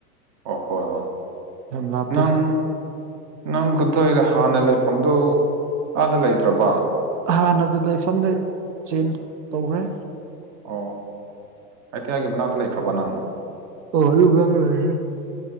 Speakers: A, on the right (about 35°); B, on the right (about 80°).
A: ꯑꯣ ꯍꯣꯏ ꯍꯣꯏ
B: ꯌꯥꯝ ꯂꯥꯞꯇꯦ
A: ꯅꯪ ꯅꯪ ꯀꯩꯅꯣ ꯇꯧꯏꯗꯥ ꯍꯥꯟꯅ ꯂꯩꯐꯝꯗꯨ ꯑꯥꯗ ꯂꯩꯇ꯭ꯔꯕ
B: ꯍꯥꯟꯅ ꯑꯗꯨ ꯂꯩꯐꯝꯗꯩ ꯆꯦꯟꯖ ꯇꯧꯈ꯭ꯔꯦ
A: ꯑꯣ ꯑꯇꯤꯌꯥ ꯒꯤ ꯃꯅꯥꯛꯇ ꯂꯩꯈ꯭ꯔꯕ ꯅꯪ
B: ꯑꯣ ꯑꯗꯨ ꯃꯐꯝꯗ ꯂꯩꯍꯦ